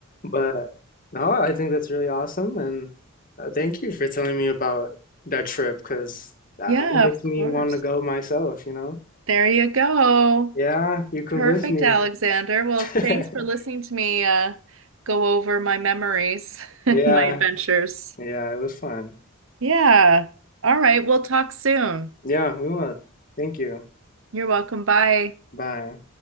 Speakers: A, on the left; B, on the right.
A: But no, I think that's really awesome. And uh, thank you for telling me about that trip because that
B: Yeah,
A: it makes
B: of
A: me
B: course.
A: want to go myself, you know?
B: There you go.
A: Yeah, you convinced
B: Perfect,
A: me.
B: Alexander. Well, thanks
A: <laughs>
B: for listening to me uh, go over my memories <laughs> and
A: Yeah.
B: my adventures.
A: Yeah, it was fun.
B: Yeah. All right. We'll talk soon.
A: Yeah, we will. Thank you.
B: You're welcome. Bye.
A: Bye.